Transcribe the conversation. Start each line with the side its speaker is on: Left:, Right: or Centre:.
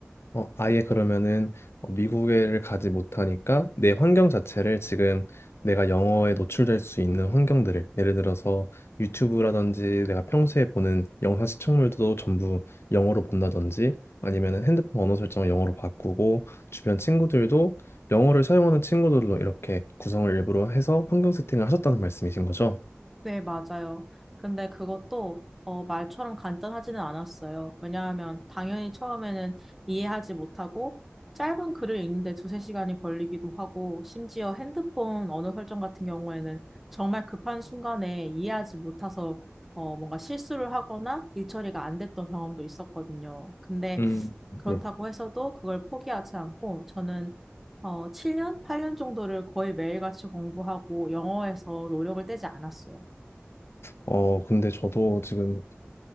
Left: 어, 아예 그러면은 어, 미국에를 가지 못하니까 내 환경 자체를 지금 내가 영어에 노출될 수 있는 환경들을 예를 들어서 유튜브라든지 내가 평소에 보는 영상 시청물도 전부 영어로 본다든지 아니면은 핸드폰 언어 설정을 영어로 바꾸고 주변 친구들도 영어를 사용하는 친구들로 이렇게 구성을 일부러 해서 환경 세팅을 하셨다는 말씀이신 거죠?
Centre: 네, 맞아요. 근데 그것도 어, 말처럼 간단하지는 않았어요. 왜냐하면 당연히 처음에는 이해하지 못하고 짧은 글을 읽는데 두세 시간이 걸리기도 하고 심지어 핸드폰 언어 설정 같은 경우에는 정말 급한 순간에 이해하지 못해서 어, 뭔가 실수를 하거나 일처리가 안 됐던 경험도 있었거든요. 근데
Left: 음,
Centre: 그렇다고
Left: 네.
Centre: 해서도 그걸 포기하지 않고 저는 어, 7년? 8년 정도를 거의 매일같이 공부하고 영어에서 노력을 떼지 않았어요.
Left: 어, 근데 저도 지금